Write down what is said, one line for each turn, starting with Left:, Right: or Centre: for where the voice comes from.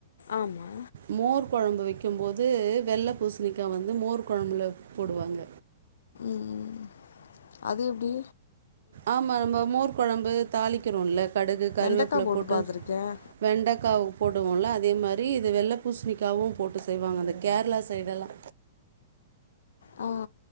Left: ஆமா
Right: மோர் கொழம்பு வெக்கு போது வெள்ள பூஷ்ணிக்கா வந்து மோர் குழம்புல போடுவாங்க.
Left: உம் அது எப்டி
Right: ஆமா நம்ம மோர் கொழம்பு தாளிக்கிறோல்ல கடுகு கருவேப்பில
Left: வெண்டைக்கா
Right: போட்டு
Left: பாத்துருக்கேன்
Right: வெண்டக்கா போடுவோல்ல அதே மாரி இது வெள்ள பூஷ்ணிக்காவு போட்டு செய்வாங்க அந்த கேரளா சைடுலா
Left: ஆ